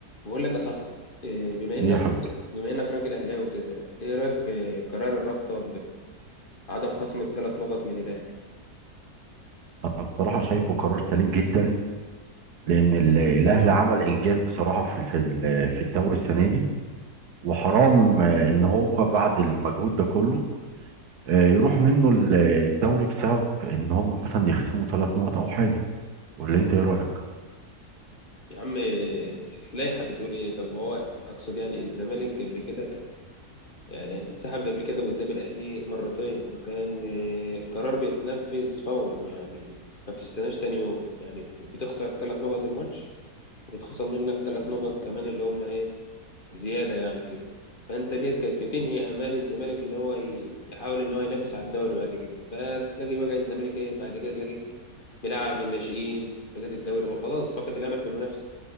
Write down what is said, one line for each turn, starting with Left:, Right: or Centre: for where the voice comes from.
Left: بقول لك يا صاحبي إيه، بما انك
Right: ايه يا حبيبي
Left: بما انك راجل اهلاوي كده ايه رايك في قرار الرابطه بعدم خصم الثلاث نقط من الاهلي
Right: انا بصراحه شايفه قرار سليم جدا لان ال- الاهلي عمل انجاز بصراحه في في ال- في الدوري السنه دي وحرام آه، ان هو بعد المجهود ده كله آه، يروح منه ال- الدوري بسبب ان هم مثلا يخصموا ثلاث نقط او حاجه ولا انت ايه رايك
Left: يا عم إيه، اللائحه بتقول ايه طب ما هو اقصد يعني الزمالك قبل كده كان يعني انسحب قبل كده قدام الاهلي مرتين وكان إيه، القرار بيتنفذ فورا يعني ما بتستناش تاني يوم يعني بتخسر ثلاث نقط الماتش وبتخسر منك ثلاث نقط كمان اللي هم ايه زيادة يعني كده فأنت ديت كانت بتنهي آمال الزمالك إن هو ي- يحاول إن هو ينافس على الدوري بعد كده فتلاقي بقى الزمالك إيه بعد كده تلاقيه بيلعب الناشئين لغاية الدوري ما خلاص فقد الأمل في المنافسة